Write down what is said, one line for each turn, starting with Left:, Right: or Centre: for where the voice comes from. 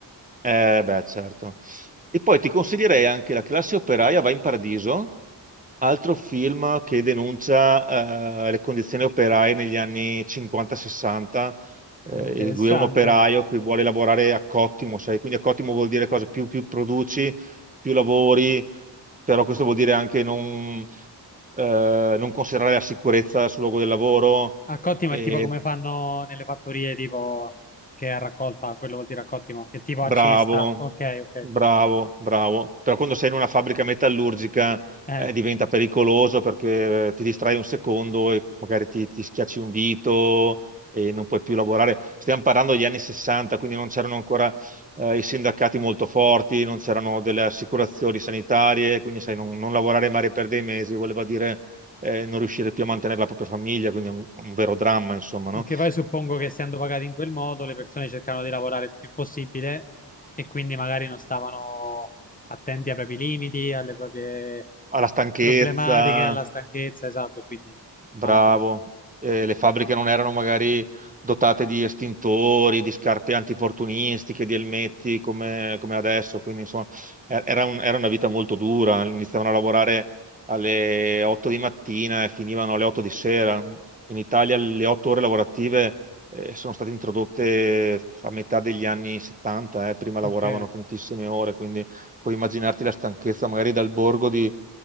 Right: eh, beh, certo. E poi ti consiglierei anche La classe operaia va in paradiso Altro film che denuncia eh, le condizioni operaie negli anni 50-60. Eh,
Left: Interessante.
Right: lui è un operaio che vuole lavorare a cottimo, sai? Quindi a cottimo vuol dire cosa? Più, più produci, più lavori, però questo vuol dire anche non, eh, non considerare la sicurezza sul luogo del lavoro.
Left: A Cottimo
Right: E
Left: è tipo come fanno nelle fattorie, tipo che è a raccolta, quello vuol dire a Cottimo, è tipo
Right: Bravo,
Left: a cesta. Ok, ok.
Right: bravo, bravo. Però quando sei in una fabbrica metallurgica
Left: Eh,
Right: eh, diventa pericoloso perché eh, ti distrai un secondo e magari ti, ti schiacci un dito e non puoi più lavorare. Stiamo parlando degli anni 60, quindi non c'erano ancora eh, i sindacati molto forti, non c'erano delle assicurazioni sanitarie, quindi sai, non, non lavorare magari per dei mesi voleva dire eh, non riuscire più a mantenere la propria famiglia, quindi è un, un vero dramma, insomma,
Left: perché
Right: no?
Left: poi suppongo che essendo pagati in quel modo, le persone cercano di lavorare il più possibile e quindi magari non stavano attenti ai propri limiti, alle proprie
Right: Alla stanchezza,
Left: problematiche, alla stanchezza, esatto, e quindi
Right: Bravo.
Left: immagino.
Right: Eh, le fabbriche non erano magari dotate di estintori, di scarpe antifortunistiche, di elmetti come, come adesso, quindi insomma e- era un- era una vita molto dura. Iniziavano a lavorare alle 8 di mattina e finivano alle 8 di sera. In Italia le 8 ore lavorative eh, sono state introdotte a metà degli anni 70, eh, Prima
Left: Ok,
Right: lavoravano tantissime ore, quindi puoi immaginarti la stanchezza magari dal borgo di-